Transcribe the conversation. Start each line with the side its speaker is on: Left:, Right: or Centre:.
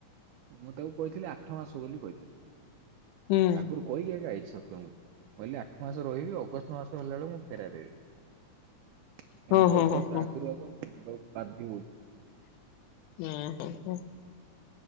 Right: ମୁଁ ତାକୁ କହିଥିଲି ଆଠ ମାସ ବୋଲି କହିଥିଲି
Left: ହୁଁ।
Right: ଆଗରୁ କହିକି ଏକା ଏଇଠ ସବ କହିଲି ଆଠ ମାସ ରହିବି ଅଗଷ୍ଟ ମାସ ହେଲା ବେଳଳେ ମୁଁ ଫେରାର ହେବି।
Left: ହଁ
Right: ଏମତି
Left: ହଁ
Right: ଅଗଷ୍ଟ
Left: ହଁ ହଁ
Right: ଆଗରୁ ଆଗ ବଧ୍ୟାହାଉଛି
Left: ହୁଁ ହ ହ।